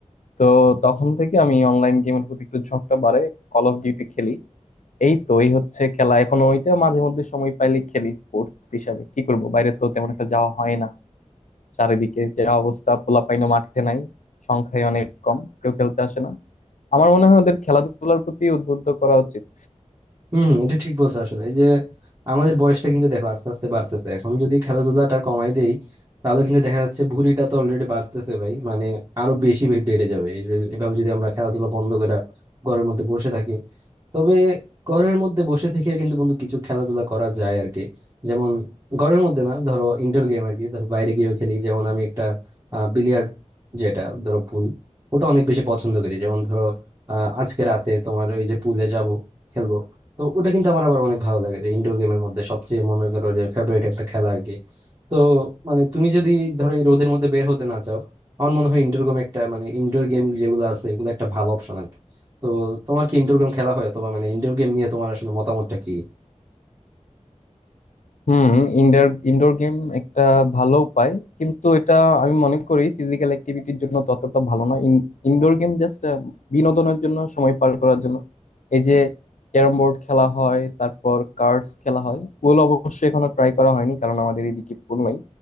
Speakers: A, on the left (about 80°); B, on the right (about 35°).
A: তো তখন থেকে আমি অনলাইন গেমের প্রতি একটু ঝোঁকটা বাড়ে কল অফ ডিউটি খেলি এই তো এই হচ্ছে খেলা এখন ওইটা মাঝে মধ্যে সময় পাইলে খেলি স্পোর্টস হিসাবে কি করবো বাইরে তো তেমন একটা যাওয়া হয় না চারিদিকে যে অবস্থা পোলাপাইনও মাঠে নাই সংখ্যায় অনেক কম কেউ খেলতে আসে না আমার মনে হয় ওদের খেলাধুলার প্রতি উদ্বুদ্ধ করা উচিত
B: হম হম এটা ঠিক বলছো আসলে এই যে আমাদের বয়সটা কিন্তু দেখো আস্তে আস্তে বাড়তেছে এখন যদি খেলাধুলাটা কমাই দেই তাহলে কিন্তু দেখা যাচ্ছে ভুঁড়িটা তো অলরেডি বাড়তেছে ভাই মানে আরো বেশি বে- বেড়ে যাবে এই যে- এভাবে যদি আমরা খেলাধুলা বন্ধ করে ঘরের মধ্যে বসে থাকি তবে ঘরের মধ্যে বসে থেকে কিন্তু বন্ধু কিছু খেলাধুলা করা যায় আর কি যেমন ঘরের মধ্যে না ধরো ইনডোর গেম আর কি ধরো বাইরে গিয়েও খেলি যেমন আমি একটা বিলিয়ার্ড যেটা ধরো পুল ওটা অনেক বেশি পছন্দ করি যেমন ধরো আহ, আজকে রাতে তোমার ওই যে পুলে যাব খেলবো তো ওটা কিন্তু আমার আবার অনেক ভালো লাগে যে ইনডোর গেমের মধ্যে সবচেয়ে মনে করো যে ফেভারিট একটা খেলা আর কি তো মানে তুমি যদি ধরো এই রোদের মধ্যে বের হতে না চাও আমার মনে হয় ইনডোর গেম একটা মানে ইনডোর গেম যেগুলো আছে ওগুলো একটা ভালো অপশন তো তোমার কি ইনডোর গেম খেলা হয় অথবা মানে ইনডোর গেম নিয়ে তোমার আসলে মতামতটা কি
A: হুম ইনডোর ইনডোর গেম একটা ভালো উপায় কিন্তু এটা আমি মনে করি ফিজিক্যাল অ্যাক্টিভিটির জন্য ততটা ভালো না ইনডোর গেম জাস্ট বিনোদনের জন্য সময় পার করার জন্য এই যে ক্যারম বোর্ড খেলা হয় তারপর কার্ডস খেলা হয় পুল অবশ্য এখনো ট্রাই করা হয়নি কারণ আমাদের এদিকে পুল নাই